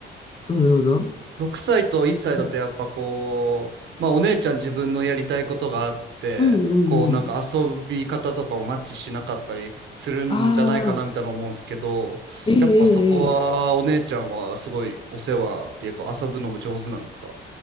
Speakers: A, on the left; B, on the right.
A: どうぞどうぞ。
B: 6歳と1歳だとやっぱこう、
A: うん、
B: まあお姉ちゃん自分のやりたいことがあって、
A: うんうんうん。
B: こうなんか遊び方とかもマッチしなかったりするんじゃないかなみたいな思うんですけど、
A: ああ、ええええええ
B: やっぱそこはお姉ちゃんはすごいお世話っていうか遊ぶのも上手なんですか